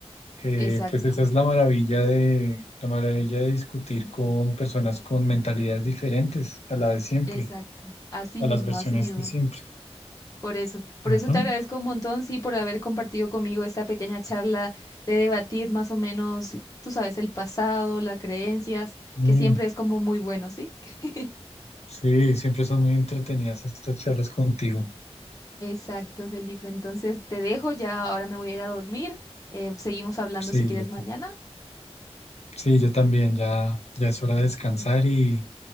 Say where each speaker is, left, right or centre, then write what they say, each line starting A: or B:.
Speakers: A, on the left (about 75°); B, on the left (about 30°).
A: Eh,
B: Exacto,
A: pues esa es la maravilla de, la maravilla de discutir con personas con mentalidades diferentes a la de siempre,
B: exacto, así
A: a
B: mismo,
A: las versiones
B: así mismo.
A: de siempre.
B: Por eso, por
A: Ujú.
B: eso te agradezco un montón, sí, por haber compartido conmigo esta pequeña charla de debatir más o menos, tú sabes, el pasado, las creencias,
A: Mm,
B: que siempre es como muy bueno, ¿sí? <laughs>
A: sí, siempre son muy entretenidas estas charlas contigo.
B: Exacto, Felipe. Entonces te dejo, ya ahora me voy a ir a dormir. Eh, seguimos hablando
A: Sí,
B: si quieres
A: yo,
B: mañana.
A: ta- sí, yo también, ya, ya es hora de descansar y,